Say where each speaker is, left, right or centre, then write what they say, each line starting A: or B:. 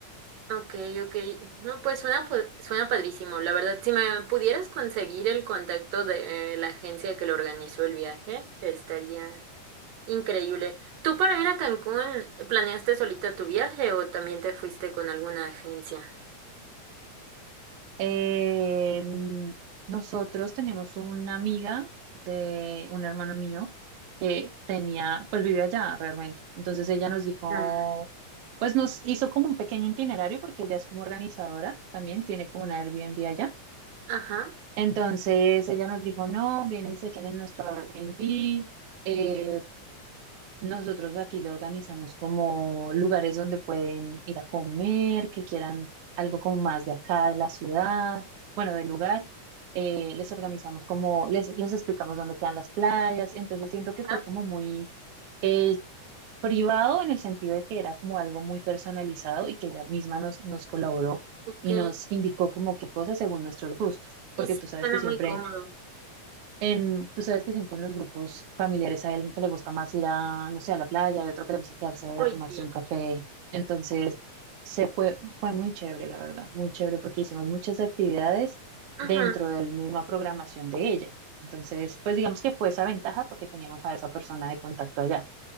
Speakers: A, on the right; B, on the right.
A: Ok, ok. No, pues suena, pues suena padrísimo. La verdad, si me pudieras conseguir el contacto de eh, la agencia que lo organizó el viaje, estaría increíble. ¿Tú para ir a Cancún planeaste solita tu viaje o también te fuiste con alguna agencia?
B: Eh, nosotros tenemos una amiga de un hermano mío que tenía, pues vive allá realmente. Entonces ella nos dijo,
A: Mm,
B: pues nos hizo como un pequeño itinerario porque ella es como organizadora también, tiene como una Airbnb allá.
A: Ajá.
B: Entonces ella nos dijo, no, vienen y se quedan en nuestro Airbnb, eh, nosotros aquí lo organizamos como lugares donde pueden ir a comer, que quieran algo como más de acá, de la ciudad, bueno, del lugar. Eh, les organizamos como, les, les explicamos dónde quedan las playas. Entonces siento que fue
A: Ah,
B: como muy eh, privado en el sentido de que era como algo muy personalizado y que ella misma nos, nos colaboró
A: ok.
B: y nos indicó como qué cosas según nuestros gustos, porque
A: Sí, sí,
B: tú sabes
A: suena
B: que siempre
A: muy cómodo.
B: en, tú sabes que siempre en los grupos familiares hay alguien que le gusta más ir a, no sé, a la playa, y otro que le gusta quedarse
A: Muy
B: a tomarse
A: bien.
B: un café. Entonces, se fue, fue muy chévere, la verdad, muy chévere porque hicimos muchas actividades
A: Ujú,
B: dentro de la misma programación de ella. Entonces, pues digamos que fue esa ventaja porque teníamos a esa persona de contacto allá.